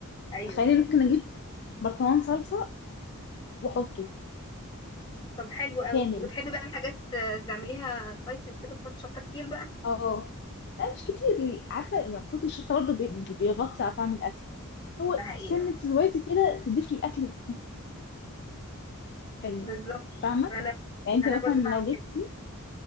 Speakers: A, on the left (about 20°); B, on the left (about 50°).
A: أيوه
B: تخيلي ممكن اجيب برطمان صلصه واحطه
A: طب حلو أوي
B: كامل
A: وبتحبي بقى الحاجات آه، تعمليها سبايسي وكده بتحط شطة كتير بقى
B: اه لا مش كتير عارفه كتر الشطه برضه بي- بي- بيغطي على طعم الاكل هو
A: ده حقيقة
B: سنه زويته كده تضيف للاكل حلو
A: بالظبط
B: فاهمه
A: أنا
B: يعني انت
A: أنا
B: مثلا
A: برضو
B: لو
A: بعمل
B: جبتي
A: كده